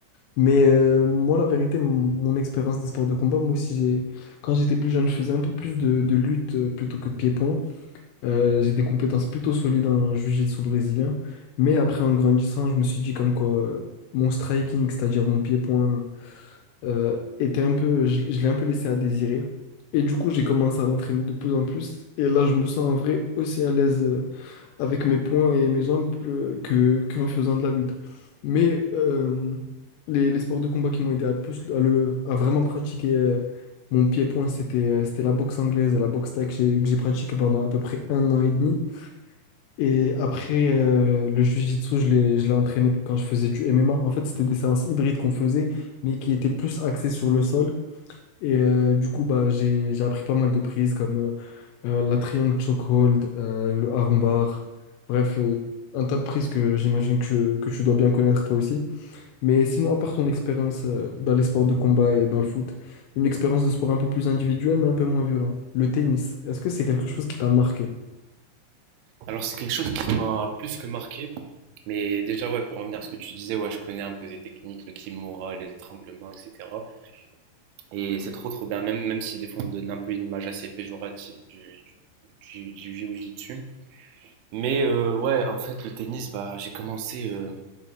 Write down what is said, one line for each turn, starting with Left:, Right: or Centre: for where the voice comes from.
Left: Mais euh, moi, la vérité, mon, mon expérience des sports de combat, moi aussi, j'ai, quand j'étais plus jeune, je faisais un peu plus de, de lutte euh, plutôt que de pied-point. Euh, j'ai des compétences plutôt solides en jiu-jitsu brésilien. Mais après, en grandissant, je me suis dit comme quoi, euh, mon striking, c'est-à-dire mon pied-point, euh, était un peu, je, je l'ai un peu laissé à désirer. Et du coup, j'ai commencé à l'entraîner de plus en plus. Et là, je me sens en vrai aussi à l'aise euh, avec mes poings et mes jambes euh, que, qu'en faisant de la lutte. Mais euh, les, les sports de combat qui m'ont aidé à plus à, le, à vraiment pratiquer euh, mon pied-point, c'était euh, c'était la boxe anglaise et la boxe thaï que j'ai que j'ai pratiqué pendant à peu près un an et demi. Et après, euh, le jiu-jitsu, je l'ai, je l'ai entraîné quand je faisais du MMA. En fait, c'était des séances hybrides qu'on faisait, mais qui étaient plus axées sur le sol. Et euh, du coup, bah, j'ai, j'ai appris pas mal de prises comme euh, euh, la triangle chokehold, euh, le armbar. Bref, euh, un tas de prises que j'imagine que, que tu dois bien connaître toi aussi. Mais sinon, à part ton expérience euh, dans les sports de combat et dans le foot, une expérience de sport un peu plus individuelle, mais un peu moins violente. Le tennis, est-ce que c'est quelque chose qui t'a marqué?
Right: Alors c'est quelque chose qui m'a plus que marqué, mais déjà ouais, pour revenir à ce que tu disais, ouais, je connais un peu des techniques, le kimura, les étranglements, etc. Et c'est trop trop bien, même, même si des fois on donne un peu une image assez péjorative du, du, du, du jiu-jitsu, Mais euh, ouais, en fait, le tennis, bah, j'ai commencé euh,